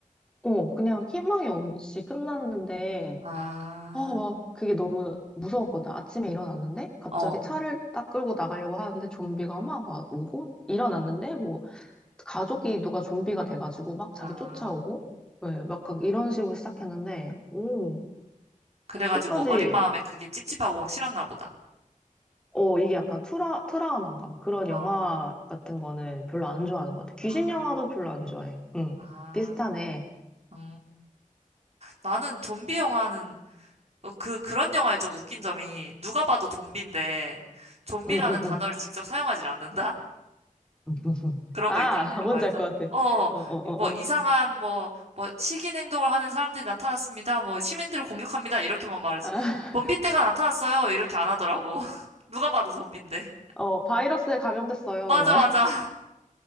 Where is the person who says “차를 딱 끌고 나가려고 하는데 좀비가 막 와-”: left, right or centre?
Centre